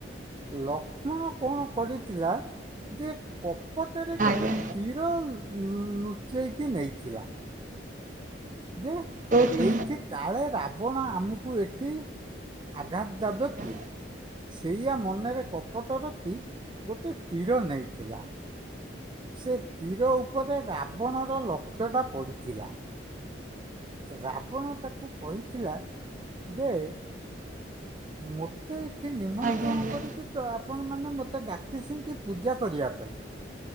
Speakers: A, on the right; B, on the right.
A: ଲକ୍ଷ୍ମଣ କଣ କରିଥିଲା ଯେ କପଟରେ
B: ଆଜ୍ଞା
A: ଗୋଟେ ତି ର ଲୁଚେଇକି ନେଇଥିଲା। ଯେ
B: କହୁଛି
A: ଏଇଠି କାଳେ ରାବଣ ଆମକୁ ଏଠି ଆଘାତ ଦେବେ
B: ଆଜ୍ଞା
A: କି? ସେଇଆ ମନରେ କପଟ ରଖି ଗୋଟେ ତୀର ନେଇଥିଲା। ସେ ତୀର ଉପରେ ରାବଣର ଲକ୍ଷ୍ୟଟା ପଡ଼ିଥିଲା। ରାବଣ ତାକୁ କହିଥିଲା ଯେ ମୋତେ ଏଠି ନିମନ୍ତ୍ରଣ
B: ଆଜ୍ଞା ଆଜ୍ଞା
A: କରି କି ତ ଆପଣ ମାନେ ମୋତେ ଡାକି ଛନ୍ତି ପୂଜା କରିବା ପାଇଁ।